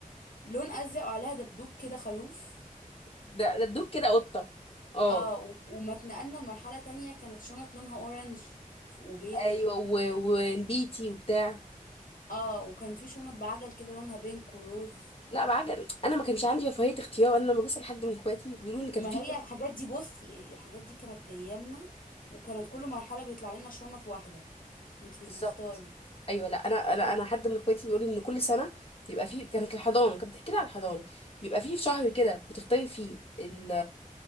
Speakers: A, on the left; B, on the left.
A: لون ازرق وعليها دبدوب كده خروف
B: ده ده دوب كده قطه اه
A: اه و- وما اتنقلنا لمرحلة تانية كانت شنط لونها اورنج وبيج
B: ايوه و- ونبيتي وبتاع
A: اه وكان في شنط بعجل كده لونها بينك وروز
B: لا بعجل انا ما كانش عندي رفاهيه اختيار انا لما بسال حد من اخواتي بيقولوا لي كان
A: ما
B: في
A: هي
B: شهر
A: الحاجات دي بصي الحاجات دي كانت جايه لنا وكانت كل مرحلة بيطلع لنا شنط واحدة انتي
B: بالظبط
A: مش بتختاري
B: ايوه لا انا انا انا حد من اخواتي بيقول لي ان كل سنه بيبقى فيه كانت الحضانه كانت بتحكي لي على الحضانه بيبقى فيه شهر كده بتختاري فيه ال